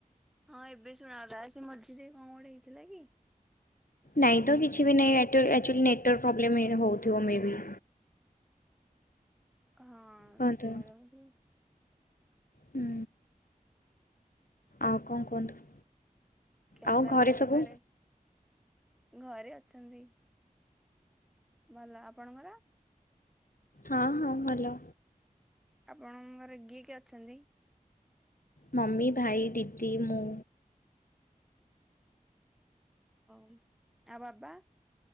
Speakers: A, in the centre; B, on the left.
A: ହଁ ଏବେ ଶୁଣାଗଲା। ସେ ମଝିରେ କଣ ଗୋଟେ ହେଇଥିଲା କି?
B: ନାଇଁ ତ କିଛି ବି ନାହିଁ ଏୟାରଟେଲ ଆକ୍ଚୁଆଲି ନେଟୱାର୍କ ପ୍ରୋବ୍ଲେମ୍ ହେ ହେଉଥିବ ମେ ବି।
A: ହଁ
B: କୁହନ୍ତୁ
A: ଶୁଣା ଯାଉଛି।
B: ହୁଁ, ଆଉ କଣ କୁହନ୍ତୁ?
A: କେନ୍ଦ୍ରାପଡାରେ
B: ଆଉ ଘରେ ସବୁ
A: କୁଆଡେ? ଘରେ ଅଛନ୍ତି, ଭଲ ଆପଣଙ୍କର।
B: ହଁ ହଁ ଭଲ।
A: ଆପଣଙ୍କର ଘରେ ଗିଏ କିଏ ଅଛନ୍ତି?
B: ମମି, ଭାଇ, ଦିଦି, ମୁଁ।
A: ଭଉଣୀ ଆଉ ବାବା?